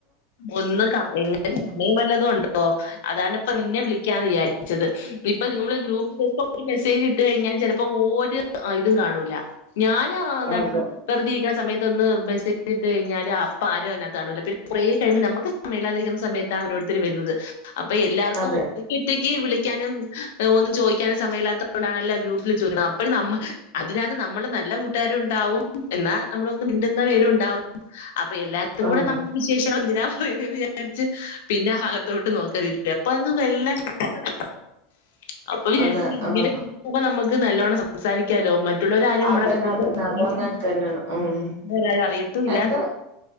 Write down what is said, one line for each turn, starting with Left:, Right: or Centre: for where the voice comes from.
Left: ഒന്ന് കാണലില്ല സമയം വല്ലതുണ്ടോ പ്പോ അതാണ് ഇപ്പോ നിന്നെ വിളിക്കാന്ന് വിചാരിച്ചത് ഇപ്പോ നിങ്ങൾ ഗ്രൂപ്പിലോട്ട് ഒരു മെസ്സേജ് ഇട്ട് കഴിഞ്ഞൻ ചിലപ്പോ ഒരു ഇതും കാണൂല ഞൻ എന്താണ്
Right: അതെ
Left: വെറുതി ഇരിക്കുന്ന സമയത്ത ഒന്ന് മെസേ്ട്ട് കഴിഞ്ഞാല് അ പാരം അതിനകത്താണൂല്ല പിന്നെ കുറെ കഴുമ്പോ നമുക്ക് സമല്ലാതിരിക്കുന്ന സമയത്ത ഓരോരുത്തരും വരുന്നത് അപ്പൊ എല്ലാർക്കും
Right: അതെ
Left: ഒരു കുറ്റേക്ക് വിളിക്കാനും ഒന്നും ചോദിക്കാനും സമയമല്ലാത്തത കൊണ്ടാണല്ല ഗ്രൂപ്പിൽ ചോദിക്കുന്നത് അപ്പോഴും നമ്മക്ക് അതിനക നമ്മള് നല്ല കൂട്ടുകാരുംഉണ്ടാവും എന്നാ നമ്മളൊന്ന് മിണ്ടുന്ന പേരും ഉണ്ടാവും അപ്പൊ എല്ലാർത്തും
Right: ആഹ്
Left: കൂടെ നമ്മുടെ വിശേഷങ്ങൾ എന്തിനാ വിചാരിച്ച് പിന്നെ ഭാഗത്തോട്ട് നോക്കലില്ല. അപ്പൊക്ക് വല്ല ഗൂപ്പുകളല്ലോ അപ്പൊ വിചാരിച്ച
Right: അതെ
Left: ഇങ്ങനെ
Right: ആഹ്
Left: അപ്പൊ നമുക്ക് നല്ലോണം സംസാരിക്കാലോ മറ്റ മുള്ളാരാരും നമ്മളെ
Right: അതന്നെ അതന്നെ അത് അങ്ങനെ തന്നെയാണ് ഉം
Left: ത്തും അറിയത്തൂല്ല
Right: എന്താ